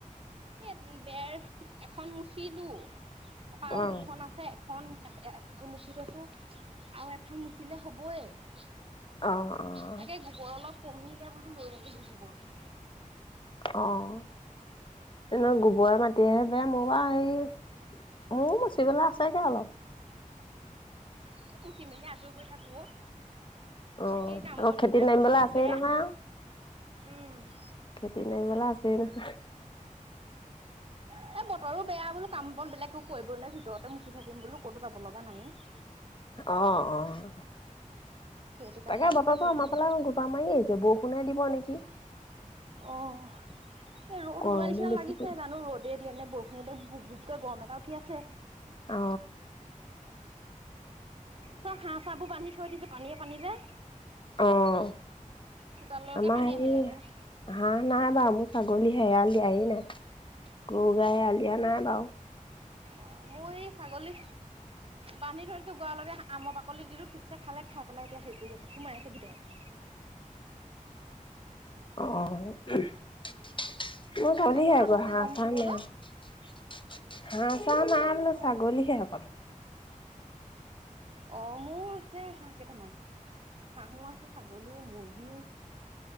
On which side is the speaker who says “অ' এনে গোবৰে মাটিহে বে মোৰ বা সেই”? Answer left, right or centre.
Left